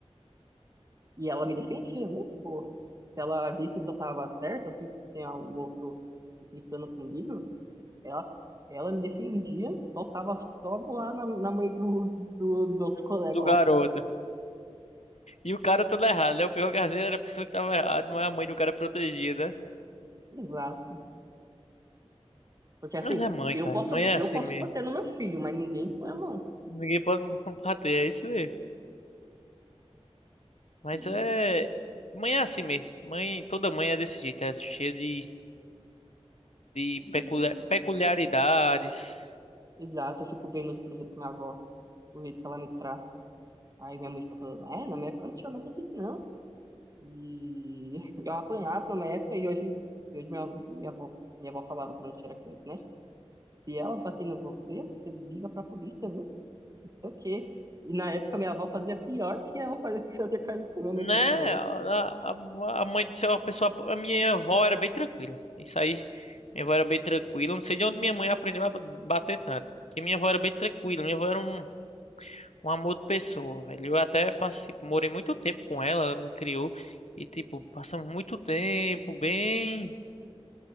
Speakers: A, on the right; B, on the left.
A: E ela me defendia, viu? Tipo, se ela visse que eu tava certa, assim, que tinha o outro implicando comigo, ela, ela me defendia, faltava só voar na, na mãe do, do, do outro colega
B: Do garoto.
A: lá.
B: E o cara todo errado, né? O pior que às vezes era a pessoa que tava errada, mas a mãe do cara protegia, né?
A: <laughs> Exato. Porque assim,
B: Mas é mãe,
A: eu
B: cara.
A: posso,
B: Mãe é
A: eu
B: assim
A: posso
B: mesmo.
A: bater no meu filho, mas ninguém põe a mão.
B: Ninguém pode <laughs> bater, é isso mesmo. Mas
A: E,
B: é. Mãe é assim mesmo. Mãe, toda mãe é desse jeito, é cheia de, de
A: e,
B: peculia- peculiaridades.
A: exato, eu fico vendo, por exemplo, minha avó, o jeito que ela me trata. Aí minha mãe fica falando, é, na minha época não tinha nada disso, não. E eu apanhava pra uma época e hoje, e hoje minha, minha avó, minha avó falava quando a gente era criança, né? Se ela bater em você, você liga pra polícia, viu? Não sei o quê. E na época minha avó fazia pior que ela fazia, <laughs> fazia com a gente, minha mãe
B: Né?
A: fazia com a gente.
B: A, a, a mãe do céu, a pessoa. A minha avó era bem tranquila. Isso aí, minha avó era bem tranquila. Eu Não sei de onde minha mãe aprendeu a ba- bater tanto. Porque minha avó era bem tranquila. Minha avó era um, um amor de pessoa, velho. Eu até passei, morei muito tempo com ela, ela me criou. E, tipo, passamos muito tempo bem.